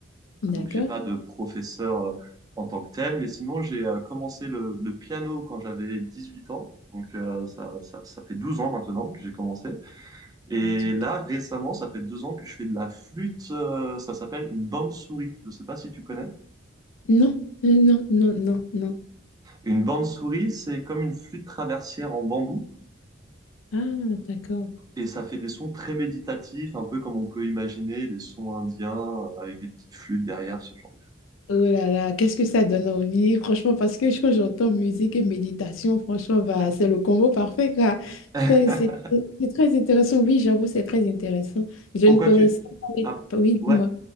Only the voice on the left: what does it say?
d'accord.
Tu-
Non, non, non, non, non.
Ah, d'accord.
Oh là là, qu'est-ce que ça donne envie, franchement, parce que quand j'entends musique et méditation, franchement, bah, c'est le combo parfait, quoi.
Ça, C'est c'est très intéressant, oui, j'avoue, c'est très intéressant. Je
ne connaissais
pas, les-
oui,
dis-moi.